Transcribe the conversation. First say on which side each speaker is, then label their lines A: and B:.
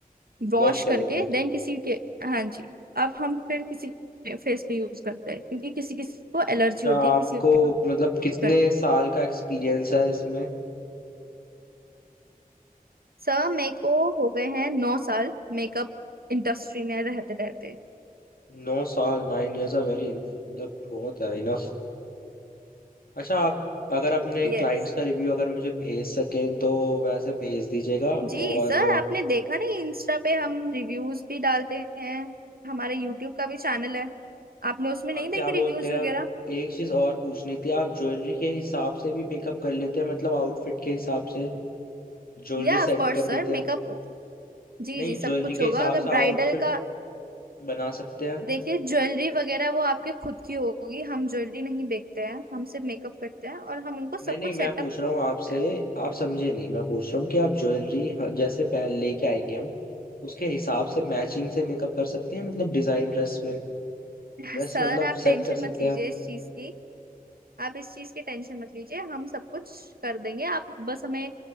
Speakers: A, on the right; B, on the left.
A: वॉश
B: वॉश कर
A: करके
B: लेते हैं
A: देन किसी के हाँ जी अब हम फिर किसी के फेस पे यूज करते हैं क्योंकि किसी किसी को एलर्जी
B: अच्छा,
A: होती
B: आपको
A: है किसी को यूज
B: मतलब कितने
A: कर
B: साल का एक्सपीरियंस है इसमें
A: सर मेरे को हो गए हैं नौ साल मेकअप इंडस्ट्री में रहते रहते
B: नौ साल नाइन इयर्स आर वेरी मतलब बहुत है इनफ अच्छा आप अगर अपने
A: यस
B: क्लाइंट्स का रिव्यू अगर मुझे भेज सकें तो वैसे भेज दीजिएगा
A: जी
B: और
A: सर आपने देखा नहीं इंस्टा पे हम रिव्यूज भी डालते हैं हमारे यूट्यूब का भी चैनल है आपने उसमें
B: और
A: नहीं देखे
B: क्या बोलते
A: रिव्यूज
B: हैं
A: वगैरह
B: हम एक चीज और पूछनी थी आप ज्वेलरी के हिसाब से भी मेकअप कर लेते हैं मतलब आउटफिट के हिसाब से ज्वेलरी
A: या
B: सेट
A: ऑफ कोर्स
B: कर
A: सर
B: देते
A: मेकअप
B: हैं
A: जी
B: नहीं
A: जी सब
B: ज्वेलरी
A: कुछ
B: के
A: होगा
B: हिसाब
A: अगर
B: से आउटफिट
A: ब्राइडल का
B: बना सकते हैं
A: देखिए ज्वेलरी वगैरह वो आपके खुद की होगी हम ज्वेलरी नहीं बेचते हैं हम सिर्फ मेकअप करते हैं और हम उनको सब
B: नहीं नहीं
A: कुछ
B: मैं
A: सेटअप
B: पूछ
A: करते
B: रहा हूँ आपसे आप समझे नहीं मैं पूछ रहा हूँ कि आप ज्वेलरी जैसे पहन लेके आएंगे हम उसके हिसाब से मैचिंग से मेकअप कर सकते हैं मतलब डिजाइन ड्रेस में
A: हैं
B: ड्रेस
A: <laughs> सर
B: मतलब
A: आप
B: सेट
A: टेंशन
B: कर
A: मत
B: सकते
A: लीजिए
B: हैं
A: इस चीज की आप इस चीज की टेंशन मत लीजिए हम सब कुछ कर देंगे आप बस हमें